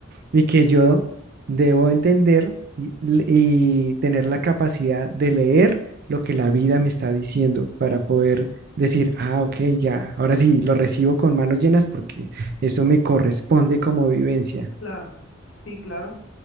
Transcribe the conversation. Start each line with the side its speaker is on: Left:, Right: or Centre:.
Right: y que yo debo entender y, y tener la capacidad de leer lo que la vida me está diciendo para poder decir, ah, ok, ya, ahora sí, lo recibo con manos llenas porque eso me corresponde como vivencia.
Left: claro. Sí, claro.